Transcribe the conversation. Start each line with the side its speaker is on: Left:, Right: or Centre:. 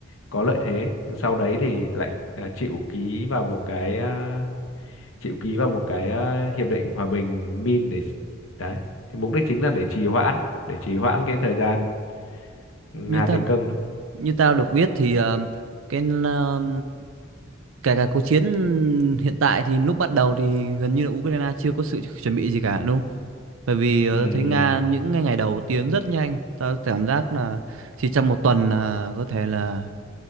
Left: có lợi thế nhưng sau đấy thì lại à, chịu ký vào một cái à, chịu ký vào một cái à, hiệp định hòa bình Min để đấy thì mục đích chính là để trì hoãn để trì hoãn cái thời gian
Right: như
Left: Nga
Right: ta
Left: tiến công đấy
Right: như tao được biết thì ờ, cái ờ, cả cả cuộc chiến hiện tại thì lúc bắt đầu thì gần như là Ukraine chưa có sự chuẩn bị gì cả đúng không? Bởi vì ờ,
Left: Ừm,
Right: tao thấy Nga những ngày ngày đầu tiến rất nhanh, tao cảm giác là chỉ trong một tuần là có thể là